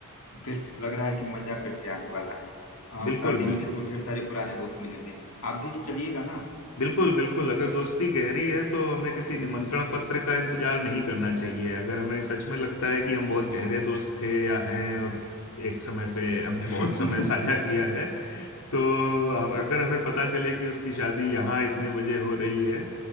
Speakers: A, on the left (about 65°); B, on the left (about 90°).
A: फिर लग रहा है कि मजा फिर से आने वाला है आ,
B: बिल्कुल
A: शादी
B: बिल्कुल
A: में तो ढेर सारे पुराने दोस्त मिलेंगे आप भी चलिएगा ना
B: बिल्कुल बिल्कुल अगर दोस्ती गहरी है तो हमें किसी निमंत्रण पत्र का इंतजार नहीं करना चाहिए अगर हमें सच में लगता है कि हम बहुत गहरे दोस्त थे या हैं और एक समय पे हमने
A: <laughs>
B: बहुत समय साझा किया है तो अगर हमें पता चले कि उसकी शादी यहाँ इतने बजे हो रही है